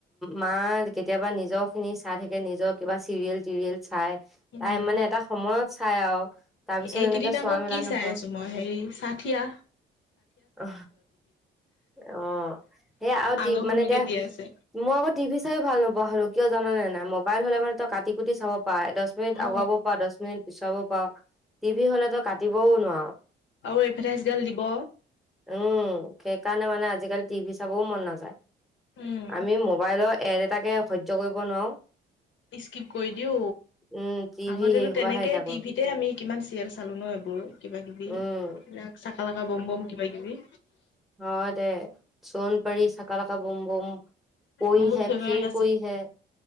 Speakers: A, in the centre; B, on the left.
A: মা, কেতিয়াবা নিজৰ খিনি চাই থাকে নিজৰ কিবা চিৰিয়েল-তিৰিয়েল। চাই,
B: উম
A: তাই মানে এটা সময়ত চাই আৰু। তাৰ পিছত
B: এইকেইদিন
A: এনেকে চোৱা
B: আকৌ
A: মেলা
B: কি
A: নহয়
B: চাই আছো মই, হেৰি চাথিয়া।
A: অ, অ, সেই আ,
B: আগৰখনকে
A: মানে এতিয়া
B: দি আছে।
A: মই আকৌ টিভি চাই ভাল নপোৱা হ'লো, কিয় জান নে নাই মোবাইল হ'লো ন, কাটি-কোটি চাব পাৰ দ মিনিট
B: অ
A: আগুৱাব পাৰা দহ, মিনিট পিছুৱাব পাৰ টিভি হ'লে ত, কাটিবও নোৱাৰো।
B: আৰু এডভাৰটাইজ গাল দিব।
A: উম, সেইকাৰণে মানে আজিকালি টিভি চাবও মন নাযায়
B: উম
A: আমি মোবাইলত এদ এটাকে সজয় কৰিব নোৱাৰো।
B: স্কিপ কৰি দিও,
A: উম টিভি
B: আগতেটো
A: সেই সোপাহে
B: তেনেকেই
A: এতিয়া কৰো
B: টিভিত এতিয়া আমি কিমান চিৰিয়েল চালোঁ ন, এইবোৰ কিবা-কিবি এইবিলাক
A: উম
B: চাকা-লাকা ব'ম ব'ম কিবাকিবি।
A: অঁ, দে চোন পাৰি, চকা -লকা বম বম কইহে
B: বহুত ফেভাৰেট
A: ফিৰ
B: আছিল।
A: কইহে।